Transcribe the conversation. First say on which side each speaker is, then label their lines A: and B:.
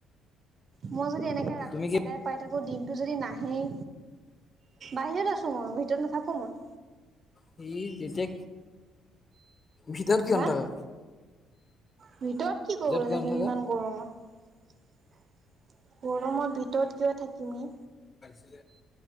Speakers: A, on the right (about 45°); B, on the left (about 30°).
A: মই যদি এনেকে ৰাতি
B: তুমি কি
A: সদায় পাই থাকো। দিনতটো যদি নাহেই। বাহিৰত আছো মই। ভিতৰত নাথাকো মই।
B: সি যেতিয়া ভিতৰত কিয়
A: হা
B: নাথাকা?
A: ভিতৰত কি কবলৈ
B: কিয়
A: থাকিম
B: নাথাকা?
A: ইমান গৰমত গৰমৰ ভিতৰত কিয় থাকিমে।
B: উম',